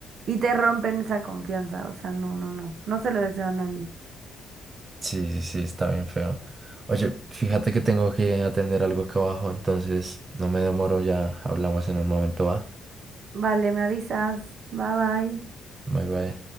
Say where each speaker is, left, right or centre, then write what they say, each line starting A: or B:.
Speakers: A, on the right; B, on the right.
A: y te rompen esa confianza, o sea, no, no, no, no se lo deseo a nadie.
B: Sí, sí, sí, está bien feo. Oye, fíjate que tengo que atender algo acá abajo, entonces no me demoro, ya hablamos en un momento, ¿va?
A: Vale, me avisas, bye bye.
B: Bye bye.